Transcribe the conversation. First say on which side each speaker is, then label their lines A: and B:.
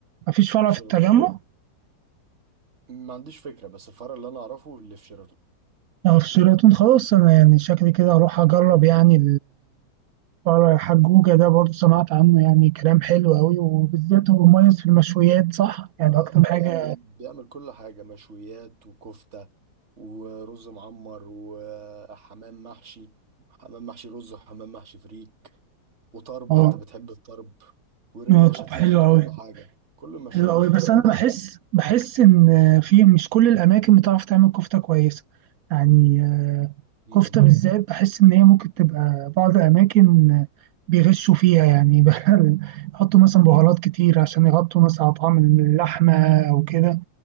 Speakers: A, on the right; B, on the right.
A: مفيش فرع
B: في شيراتون
A: في التجمع
B: ما عنديش فكرة بس الفرع اللي أنا أعرفه اللي في شيراتون
A: اه في شيراتون خلاص انا يعني شكلي كده اروح اجرب يعني الفرع حجوجة ده برضه سمعت عنه يعني كلام حلو قوي وبالذات هو مميز في المشويات صح يعني
B: اه
A: اكتر حاجة
B: بيعمل بيعمل كل حاجة مشويات وكفتة ورز معمر وحمام محشي حمام محشي رز وحمام محشي فريك وطرب
A: اه
B: انت بتحب الطرب وريش
A: آه، طب
B: هتلاقي
A: حلو
B: عنده
A: قوي
B: كل حاجة كل المشويات
A: حلو قوي
B: هتلاقي
A: بس انا
B: عنده
A: بحس بحس ان في مش كل الاماكن بتعرف تعمل كفته كويسه يعني آه،
B: مم.
A: كفته بالذات بحس ان هي ممكن تبقى بعض الاماكن بيغشوا فيها يعني <laughs> بقى يحطوا مثلا بهارات كتير عشان يغطوا مثلا على طعم اللحمه او كده